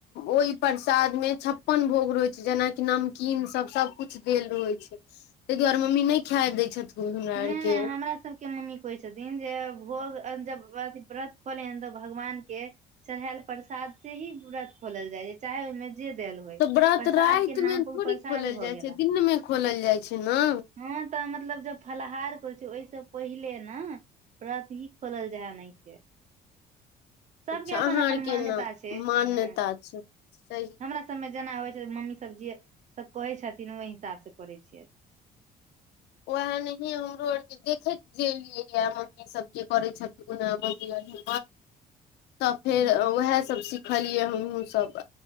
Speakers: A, on the left; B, on the right.
A: ओइ प्रसाद मे छप्पन भोग रहै छै। जेनाकि नमकीन सब सब कुछ देल रहै छै ताहि दुआरे मम्मी नै खाए दै छथून। हमरा
B: नै
A: आर
B: नै
A: के
B: हमरा सबके मम्मी कहै छथिन जे भोग अन जब अथि व्रत खोले हन तबऽ भगवान केऽ चराएल प्रसाद से ही व्रत खोलै जाइ है चाहे ओयमे जे दालऽ होय
A: तऽ ब्रत
B: प्रसाद
A: राइत
B: के नाम
A: मे
B: पर
A: थोड़ी
B: उ प्रसाद
A: खोल
B: भऽ
A: जाइ
B: गेला
A: छै न दिनमे खोल जाइ छै न
B: हँ तऽ मतलब जे फलहार करै छै ओइसँ पहिले न प्रत ही खोल जाएहा अनाहते सबके
A: अच्छा
B: अपन
A: अहाँ
B: अपन
A: आरके
B: मान्यता
A: ने
B: छै
A: मान्यता
B: हँ
A: छै सही
B: हमरा सब सबमे जेना होइ छै मम्मी सब जे सब कहै छथिन ओय हिसाब से करै छियै
A: वएह नैय कि हमरो आर के देखैत जेलेलियै या मम्मी इ सब के करै छथि तऽ फेर
B: हँ
A: वएह स सब सिखलियै हमहु सब